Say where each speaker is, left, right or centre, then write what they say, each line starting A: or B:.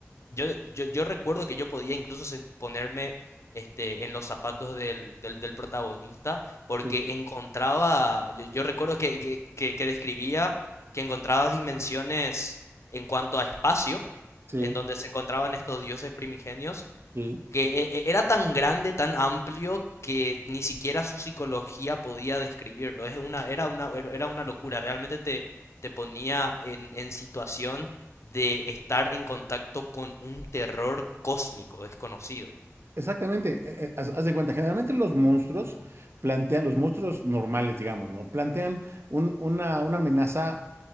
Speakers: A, on the left; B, on the right.
A: yo, yo, yo recuerdo que yo podía incluso sen- ponerme... Este, en los zapatos del, del, del protagonista, porque
B: Sí,
A: encontraba, yo, yo recuerdo que, que, que que describía que encontraba dimensiones en cuanto a espacio,
B: sí,
A: en donde se encontraban estos dioses primigenios,
B: sí.
A: que e- e, era tan grande, tan amplio, que ni siquiera su psicología podía describirlo. Es una, era una, era una locura, realmente te, te ponía en, en situación de estar en contacto con un terror cósmico desconocido.
B: Exactamente, eh, eh, haz, haz de cuenta, generalmente los monstruos plantean, los monstruos normales, digamos, ¿no? Plantean un- una, una amenaza